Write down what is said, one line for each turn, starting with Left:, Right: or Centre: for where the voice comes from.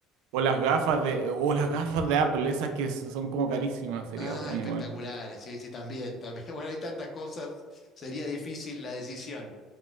Right: O las gafas de, o las gafas de Apple, esas que s- son como carísimas, sería
Left: Ah,
Right: bueno
Left: espectaculares,
Right: igual.
Left: sí, sí, también, también. <laughs> Bueno, hay tantas cosas, sería difícil la decisión.